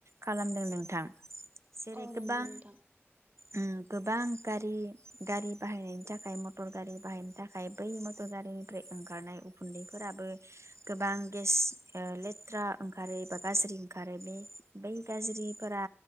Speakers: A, on the right; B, on the right.
A: खालामदों नोंथां। जेरै
B: औ
A: गोबां
B: नंगौ नोंथां
A: उम गोबां गारि गारि बाहायनायनि थाखाय मटर गारि बाहायनो थाखाय बै मटर गारिनिफ्राय ओंखारनाय उखुन्दैफोराबो गोबां गेस ओ लेथ्रा ओंखारो बा गाज्रि ओंखारो बे बै गाज्रिफोरा